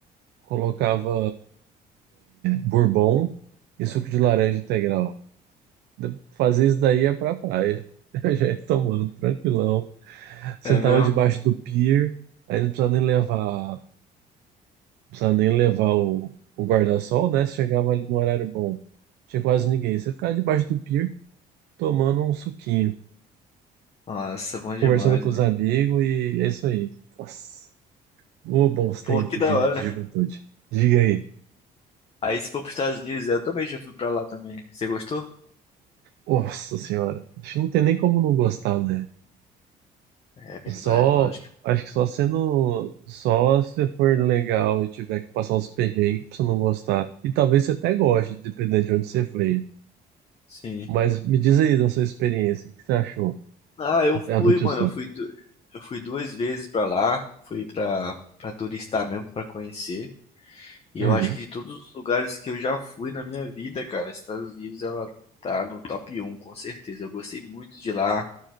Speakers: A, on the right; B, on the left.
A: colocava bourbon e suco de laranja integral. De- Fazer isso daí é pra praia. <laughs> Eu já ia tomando, tranquilão. Sentava
B: É meu?
A: debaixo do pier, aí não precisava nem levar, não precisava nem levar o, o guarda-sol, né? Você chegava ali no horário bom. Tinha quase ninguém. Você ficava debaixo do pier tomando um suquinho,
B: Nossa, bom demais,
A: conversando com
B: mano.
A: os amigos e é isso aí. Nossa, ô, bons
B: Pô,
A: tempos
B: que da
A: de,
B: hora.
A: de juventude. Diga aí.
B: Aí se for pros Estados Unidos, eu também já fui pra lá também. Você gostou?
A: Nossa senhora, acho que não tem nem como não gostar, né?
B: É verdade,
A: Só,
B: mano. Acho que
A: acho que só sendo, só se for legal e tiver que passar uns perrengues pra você não gostar. E talvez você até goste, dependendo de onde você veio.
B: sim.
A: Mas me diz aí da sua experiência, o que você achou?
B: Ah, eu
A: É A
B: fui,
A: do Tio
B: mano.
A: Sam.
B: Eu fui, du- eu fui duas vezes pra lá. Fui pra, pra turistar mesmo, pra conhecer. E
A: Uhum,
B: eu acho que de todos os lugares que eu já fui na minha vida, cara, Estados Unidos, ela tá no top um com certeza. Eu gostei muito de lá.